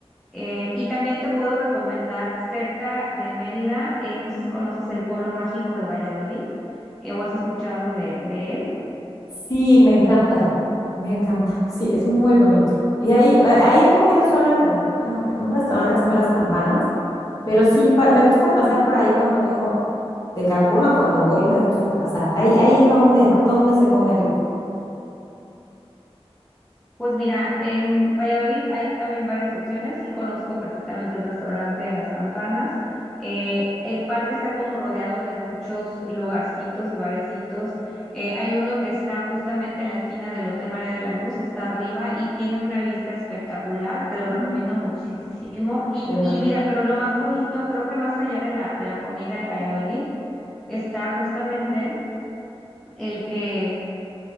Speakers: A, in the centre; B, on the left (about 35°).
A: Eh, y también te puedo recomendar cerca de Mérida, eh, no sé si conoces el pueblo mágico de Valladolid eh, o has escuchado de, de él.
B: Sí, me encanta, me encanta. Sí, es muy bonito. Y ahí, a- ahí he comido solo en el, bueno, en un restaurante que se llama Las Campanas, pero sí pa- me gusta pasar
A: Ujú.
B: por ahí cuando vengo de Cancún o cuando voy, me gusta pasar. Ahí, ahí donde, donde se come rico.
A: Pues mira, en Valladolid hay también varias opciones. Sí conozco perfectamente el restaurante de Las Campanas. Eh, el parque está como rodeado de muchos lugarcitos y barecitos. Eh, hay uno que está justamente en la esquina del Hotel María de la Luz, está arriba y tiene una vista espectacular. Te lo
B: Mm,
A: recomiendo muchísimo. Y,
B: De noche.
A: y mira, pero lo más bonito, creo que más allá de la, de la comida en Valladolid, está justamente el que